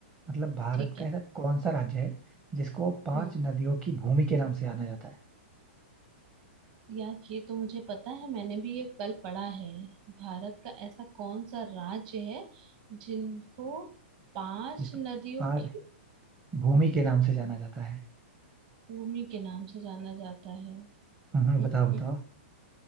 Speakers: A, on the right; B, on the right.
A: मतलब भारत
B: ठीक है
A: का ऐसा कौन सा राज्य है जिसको पांच
B: हम्म
A: नदियों की भूमि के नाम से जाना जाता है
B: यार ये तो मुझे पता है मैंने भी ये कल पढ़ा है भारत का ऐसा कौन सा राज्य है जिनको पांच
A: जिसको
B: नदियों
A: पांच
B: की
A: भूमि के नाम से जाना जाता है
B: भूमि के नाम से जाना जाता है हम्म,
A: हम्म, बताओ
B: हम्म।
A: बताओ